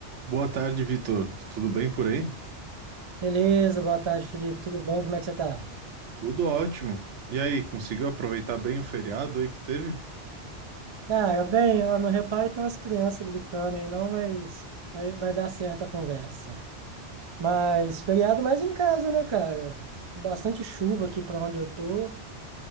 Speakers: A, on the right (about 75°); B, on the right (about 45°).
A: Boa tarde, Vitor. Tudo bem por aí?
B: Beleza, boa tarde, Felipe. Tudo bem? Como é que você tá?
A: Tudo ótimo. E aí, conseguiu aproveitar bem o feriado aí que teve?
B: Cara, bem, eu não reparo tem umas crianças gritando aí, não, mas vai, vai dar certo a conversa. Mas feriado mais em casa, né, cara? Bastante chuva aqui pra onde eu tô